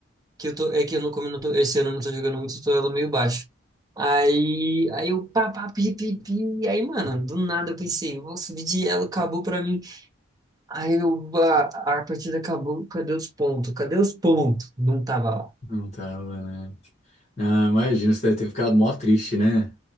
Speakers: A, on the right (about 20°); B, on the left (about 35°).
A: que eu tô, é que eu não, como eu não tô, esse ano eu não tô jogando muito, eu tô elo meio baixo. Aí, aí eu pá, pá, pi, pi, pi. Aí, mano, do nada eu pensei, vou subir de elo, acabou pra mim. Aí eu, a, a partida acabou, cadê os pontos? Cadê os pontos? Não tava lá.
B: Não tava, né? Ah, imagina, você deve ter ficado mó triste, né?